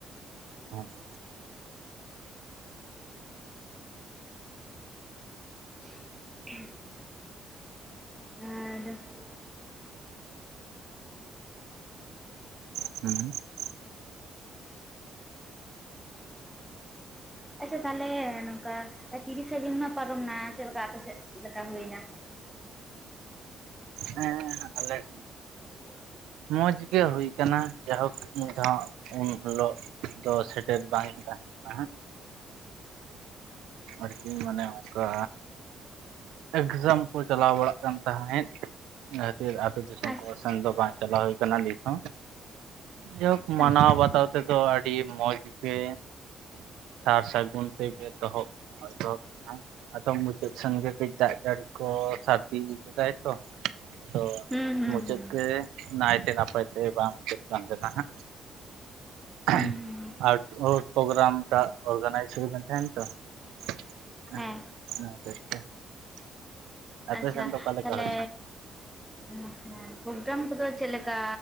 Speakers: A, on the right (about 85°); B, in the centre.
A: <unintelligible>
B: <inaudible> <unintelligible>
A: <inaudible>
B: ᱟᱪᱪᱷᱟ ᱛᱟᱦᱚᱞᱮ ᱱᱚᱝᱠᱟ ᱛᱤᱨᱤᱥᱟ ᱡᱩᱱ ᱢᱟ ᱯᱟᱨᱚᱢ ᱮᱱᱟ ᱪᱮᱫ ᱞᱮᱠᱟ ᱟᱯᱮ ᱥᱮᱫ ᱪᱮᱫ ᱞᱮᱠᱟ ᱦᱩᱭᱱᱟ
A: ᱦᱮᱸᱻ ᱟᱞᱮ ᱼᱼ
B: <inaudible>
A: ᱢᱚᱸᱡᱽ ᱜᱮ ᱦᱩᱭ ᱠᱟᱱᱟ ᱡᱟᱭᱦᱳᱠ ᱢᱤᱫ ᱫᱷᱟᱣ ᱩᱱ ᱦᱤᱞᱳᱜ ᱫᱚ ᱥᱮᱴᱮᱨ ᱵᱟᱝ ᱛᱟᱦᱮᱸ ᱠᱟᱱᱟ ᱦᱟᱸᱜ ᱟᱨᱠᱤ ᱢᱟᱱᱮ ᱚᱱᱠᱟ ᱮᱠᱡᱟᱢ ᱠᱚ ᱪᱟᱞᱟᱣ ᱵᱟᱲᱟᱜ ᱠᱟᱱ ᱛᱟᱦᱮᱸᱫ ᱚᱱᱟ ᱠᱷᱟᱹᱛᱤᱨ ᱟᱹᱛᱳ ᱫᱤᱥᱚᱢ
B: ᱟᱪᱪᱷᱟ
A: ᱠᱚ ᱥᱮᱱ ᱫᱚ ᱵᱟᱝ ᱪᱟᱞᱟᱣ ᱦᱩᱭ ᱠᱟᱱᱟ ᱱᱤᱛ ᱦᱚᱸ ᱡᱟᱭᱦᱳᱠᱼᱼ ᱢᱟᱱᱟᱣ
B: ᱟᱪᱪᱷᱟ ᱟᱪᱪᱷᱟ
A: ᱵᱟᱛᱟᱣ ᱛᱮᱼᱼ ᱫᱚ ᱟᱹᱰᱤ ᱢᱚᱡᱽ ᱜᱮ ᱥᱟᱨ ᱥᱟᱹᱜᱩᱱ ᱛᱮ ᱜᱮ ᱫᱚ ᱦᱚᱼᱼ ᱮᱛᱚᱦᱚᱵ ᱮᱱᱟ ᱟᱫᱚᱢ ᱢᱩᱪᱟᱹᱫ ᱥᱮᱱ ᱜᱮ ᱠᱟᱹᱡ ᱫᱟᱜ ᱡᱟᱹᱲᱤ ᱠᱚ ᱥᱟᱹᱨᱫᱤ ᱤᱫᱤ ᱠᱮᱫᱟᱭ ᱛᱚ ᱟᱫᱚ
B: ᱦᱩᱸ ᱦᱩᱸ
A: ᱢᱩᱪᱟᱹᱫ
B: ᱦᱩᱸ
A: ᱜᱮ ᱱᱟᱭᱛᱮ ᱱᱟᱯᱟᱭᱛᱮ ᱵᱟᱝ ᱢᱩᱪᱟᱹᱫ ᱠᱟᱱ ᱛᱟᱦᱮᱱᱟ ᱦᱟᱸᱜ <unintelligible>
B: ᱦᱩᱸ ᱦᱩᱸ
A: ᱟᱨ ᱯᱨᱳᱜᱨᱟᱢ ᱴᱟᱜ ᱚᱨᱜᱟᱱᱟᱭᱤᱡ ᱦᱩᱭ ᱛᱟᱦᱮᱱ ᱛᱚ <unintelligible>
B: ᱦᱮᱸ
A: ᱟᱯᱮ
B: ᱟᱪᱪᱷᱟ
A: ᱥᱮᱱ ᱫᱚ ᱚᱠᱟ ᱞᱮᱠᱟ
B: ᱛᱟᱦᱚᱞᱮᱼᱼ
A: ᱦᱩᱭᱱᱟ
B: ᱦᱮᱸ ᱯᱨᱳᱜᱨᱟᱢ ᱠᱚᱫᱚ ᱪᱮᱫ ᱞᱮᱠᱟ